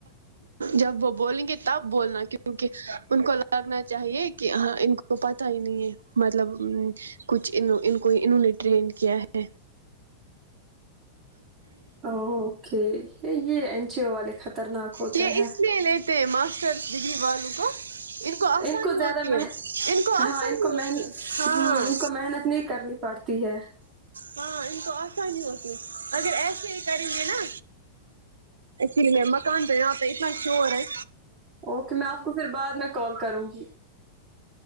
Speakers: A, on the right; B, on the right.
A: جب وہ بولیں گے تب بولنا کیونکہ ان کو لگنا چاہیے کہ ہاں ان کو پتا ہی نہیں ہے مطلب کچھ ان کو انہوں نے ٹریڈ کیا ہے
B: ا اوکے یہ اینچی او والے خطرناک ہوتے
A: یہ
B: ہیں
A: اس لیے لیتے ہیں ماں ماسٹرس ڈگری والوں کو آسانی
B: ان کو زیادہ
A: ہوتی
B: م
A: ہے ان کو آسانی
B: ہاں ان کو
A: ہوتی
B: من
A: ہے ہاں
B: ہ ان کو محنت نہیں کرنی پڑتی ہے
A: ہاں انم کو آسانی ہوتی اگر ایسے ہی کریں گ نا الی میں مکان تواں پہ اتنا شور ہے
B: اوکے میں آپ کو پھر بعد میں کال کروں گی